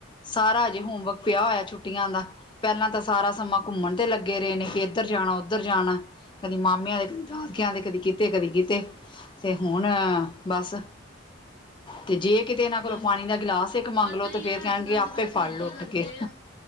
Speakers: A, on the left; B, on the left.
A: ਸਾਰਾ ਅਜੇ ਹੋਮਵਰਕ ਪਿਆ ਹੋਇਆ ਛੁੱਟੀਆਂ ਦਾ ਪਹਿਲਾਂ ਤਾਂ ਸਾਰਾ ਸਮਾਂ ਘੁੰਮਣ ਤੇ ਲੱਗੇ ਰਹਿੰਦੇ ਸੀ। ਇੱਧਰ ਜਾਣਾ ਉੱਧਰ ਜਾਣਾ ਕਦੀ ਮਾਮਿਆਂ ਦੇ ਕਦੀ ਦਾਦਕਿਆਂ ਦੇ ਕਦੀ ਕਿਤੇ ਕਦੀ ਕਿਤੇ ਤੇ, ਹੁਣ ਬਸ ਤੇ ਜੇ ਕਿਤੇ ਇਹਨਾਂ ਕੋਲੋਂ
B: ਹਾਂਜੀ
A: ਪਾਣੀ ਦਾ ਗਿਲਾਸ ਇੱਕ ਮੰਗਲੋ
B: ਪਤਾ ਹੀ
A: ਤੇ ਫੇਰ
B: ਆ
A: ਕਹਿਣਗੇ।
B: ਅੱਜ ਕੱਲ
A: ਆਪੇ
B: ਦੇ ਬੱਚੇ
A: ਫੜ
B: ਏਦਾਂ
A: ਲ ਉੱਠ
B: ਹੀ ਕਰਦੇ
A: ਕੇ
B: ਆ